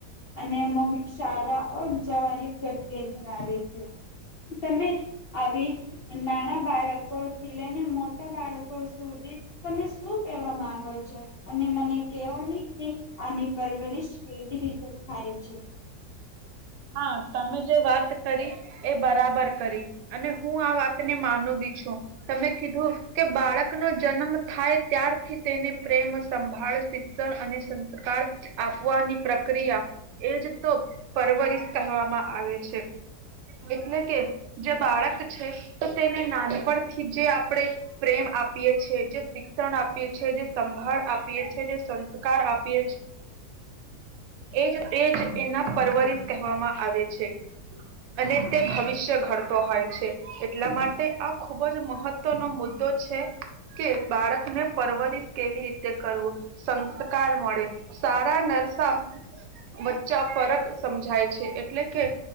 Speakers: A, on the left; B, on the right.
A: અને <inaudible> શાળા જવાની પ્રક્રિયા ધરાવે છે. તમે આવી નાના બાળકોથી લઈને મોટા બાળકો સુધી તમે શું કહેવા માંગો છો? અને મને કેવો નહી કે આની પરવરિશ કેવી રીતે થાય છે?
B: હા તમે જે વાત કરી એ બરાબર કરી અને હું આ વાતને માનું બી છું. તમે કીધું કે બાળક. નો જન્મ થાય ત્યારથી તેને પ્રેમ સંભાળ શિક્ષણ અને સંસ્કાર આપવાની પ્રક્રિયા એજ તો પરવરી. કહેવામાં આવે છે એટલે કે જે બાળક છે તો તેને નાનપણથી જે આપણે પ્રેમ આપીએ છ છેએ જે શિક્ષણ આપીએ છેએ જે સંભાળ આપીએ છ છેએ જે સંસ્કાર આપીએ છ છેએ. એજ એજ એના પરવરિશ કહેવામાં આવે છે અને તે ભવિષ્ય ઘડતો હોય છે એટલા માટે આ ખુબ જ મહત્વનો મુદ્દો છે કે બાળકને પરવરિશ કેવી રીતે કરવું સંસ્કાર મળે સારા ન. સાફ વચ્ચા ફરક સમજાય છે એટલે કે